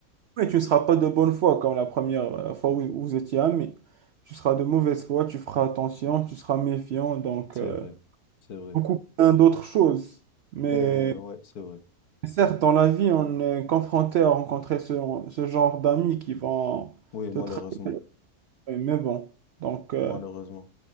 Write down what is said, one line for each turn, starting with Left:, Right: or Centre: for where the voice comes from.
Right: ouais, tu ne seras pas de bonne foi comme la première euh, fois où où vous étiez amis. Tu seras de mauvaise foi, tu feras attention, tu seras méfiant, donc...
Left: C'est
Right: euh,
Left: vrai, c'est vrai.
Right: beaucoup plein d'autres choses. Mais
Left: Et euh, ouais, c'est vrai.
Right: certes, dans la vie, on est confronté à rencontrer ce, ce genre d'amis qui vont
Left: Oui,
Right: te
Left: malheureusement,
Right: trahir. Mais bon, donc, euh,
Left: malheureusement.